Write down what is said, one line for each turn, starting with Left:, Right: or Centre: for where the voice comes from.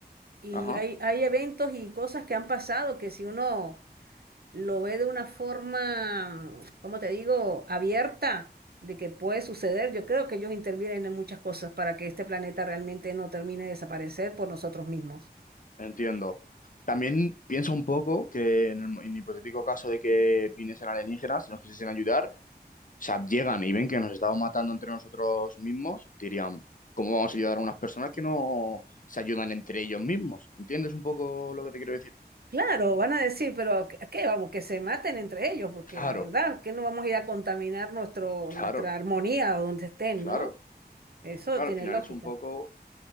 Right: y
Left: Ajá,
Right: hay, hay eventos y cosas que han pasado que si uno lo ve de una forma, mm, ¿cómo te digo?, abierta de que puede suceder, yo creo que ellos intervienen en muchas cosas para que este planeta realmente no termine de desaparecer por nosotros mismos.
Left: entiendo. También pienso un poco que en el en el hipotético caso de que viniesen alienígenas y nos quisiesen ayudar. O sea, llegan y ven que nos estamos matando entre nosotros mismos, dirían, ¿cómo vamos a ayudar a unas personas que no se ayudan entre ellos mismos? ¿Entiendes un poco lo que te quiero decir?
Right: Claro, van a decir, pero ¿a qué vamos? Que se maten entre ellos, porque
Left: Claro,
Right: la verdad que no vamos a ir a contaminar nuestro,
Left: claro,
Right: nuestra armonía o donde estén,
Left: claro,
Right: ¿no? Eso
Left: claro,
Right: tiene
Left: al final
Right: lógica.
Left: es un poco, o